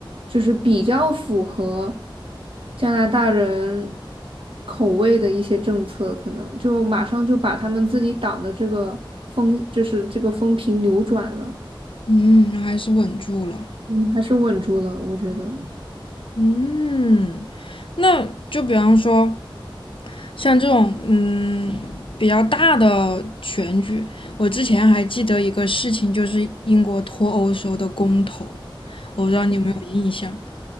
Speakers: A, on the right; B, on the left.
A: 就是比较符合加拿大人口味的一些政策，可能就马上就把他们自己党的这个风，就是这个风评扭转了。
B: 嗯，还是稳住了。
A: 嗯，还是稳住了，我觉得。
B: 嗯，那就比方说像这种嗯比较大的选举，我之前还记得一个事情，就是英国脱欧时候的公投，我不知道你有没有印象。